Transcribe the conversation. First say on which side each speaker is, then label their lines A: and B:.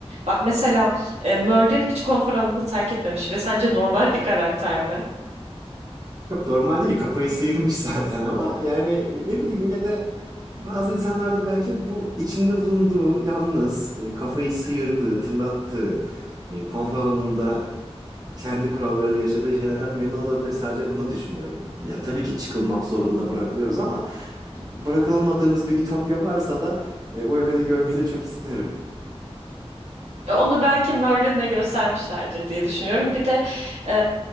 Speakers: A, on the right; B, on the right.
A: Bak mesela e, Merlin hiç konfor alanını terk etmemiş ve sence normal bir karakter mi?
B: Yok normal değil kafayı sıyırmış <laughs> zaten ama yani ne bileyim yine de bazı insanlarda belki bu içinde bulunduğu yalnız e, kafayı sıyırdığı, tırlattığı, e, konfor alanında kendi kurallarıyla yaşadığı şeylerden memnun olabilir. Sadece bunu düşünüyorum. Ya tabii ki çıkılmak zorunda bırakılıyoruz ama bırakılamadığımız bir ütopya varsa da e, o evreni görmeyi de çok isterim.
A: E, Onu belki Merlin'le göstermişlerdir diye düşünüyorum. Bir de e,